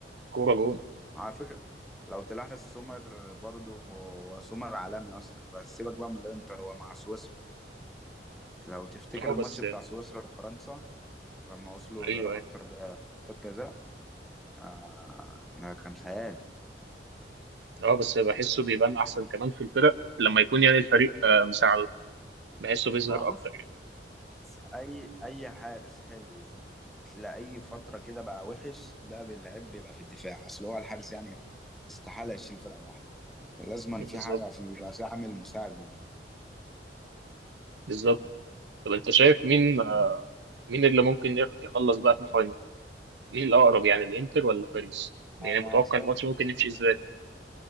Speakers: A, on the right; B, in the centre.
A: كوره جون
B: على فكرة لو تلاحظ سومر برضو هو سومر عالمي اصلا بس سيبك بقى من الانتر هو مع سويسرا لو تفتكر
A: اه
B: الماتش
A: بس
B: بتاع سويسرا وفرنسا لما وصلوا
A: ايوه
B: ضربات
A: أيوة.
B: ترج- ضربات جزاء آه ده كان خيالي
A: اه بس بحسه بيبان احسن كمان في الفرق لما يكون يعني الفريق آه، مساعده بحسه بيظهر
B: ما هو بص
A: اكتر يعني
B: بس اي اي حارس حلو تلاقيه فتره كده بقى وحش ده بيلعب بيبقى في الدفاع اصل هو الحارس يعني استحاله يشيل فرقه لوحده فلازما في
A: بالظبط
B: حاجه في بيبقى في عامل مساعد معاه
A: بالظبط طب انت شايف مين مين اللي ممكن يخ- يخلص بقى في الفاينل ايه الاقرب يعني الانتر ولا باريس يعني
B: انا
A: متوقع
B: شايف
A: الماتش ممكن يمشي ازاي